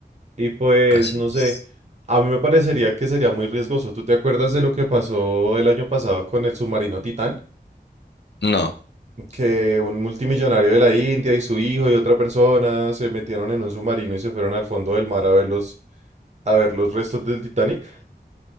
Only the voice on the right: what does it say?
Y pues,
no
sé, a mí me parecería que sería muy riesgoso. ¿Tú te acuerdas de lo que pasó el año pasado con el submarino Titán?
Que un multimillonario de la India y su hijo y otra persona se metieron en un submarino y se fueron al fondo del mar a ver los, a ver los restos del Titanic.